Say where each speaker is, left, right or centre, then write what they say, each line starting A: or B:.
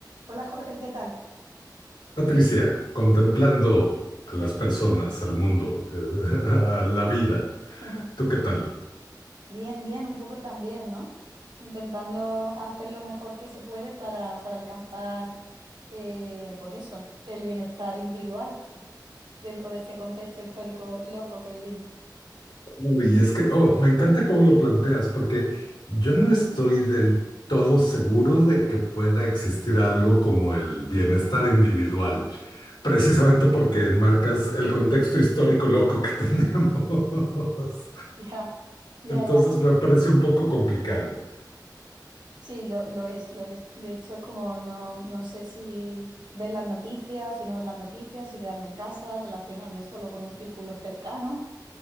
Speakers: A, on the right (about 75°); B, on the left (about 80°).
A: Hola Jorge, ¿qué tal?
B: Patricia, contemplando a las personas, al mundo, eh, <laughs> a la vida,
A: <laughs>
B: ¿tú qué tal?
A: Bien, bien, un poco también, ¿no? Intentando hacer lo mejor que se puede para, para alcanzar, eh, pues eso, el bienestar individual dentro de este contexto histórico loco que vivimos.
B: Uy, es que, oh, me encanta cómo lo planteas, porque yo no estoy del todo seguro de que pueda existir algo como el bienestar individual, precisamente porque enmarcas el contexto histórico loco que <laughs> tenemos.
A: <laughs> Ya,
B: Entonces
A: ya, ya.
B: me parece un poco complicado.
A: Sí, lo, lo es, lo es. De hecho, es como no, no sé si ver las noticias, si no ver las noticias, si quedarme en casa, relacionarme solo con un círculo cercano.